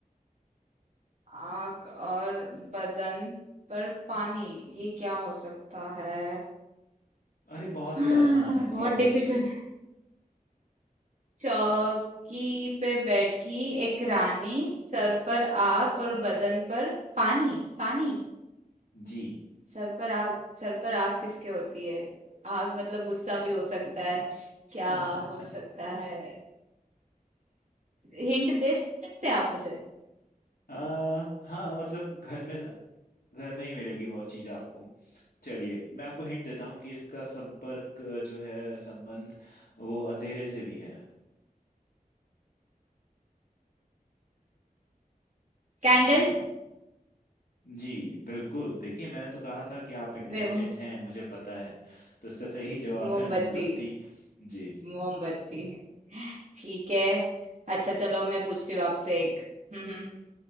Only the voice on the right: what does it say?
आग और बदन पर पानी ये क्या हो सकता है
<gasps>
हाँ,
बहुत
डिफिकल्ट
चौकी पे बैठी एक रानी सर पर आग और बदन पर पानी पानी
सर पर आग सर पर आग किसके होती है आग मतलब गुस्सा भी हो सकता है क्या
हो सकता है हिंट दे सकते हैं आप मुझे
कैंडल
<laughs> मैं
मोमबत्ती
मोमबत्ती ठीक है अच्छा चलो अब मैं पूछती हूँ आपसे एक हम्म हम्म।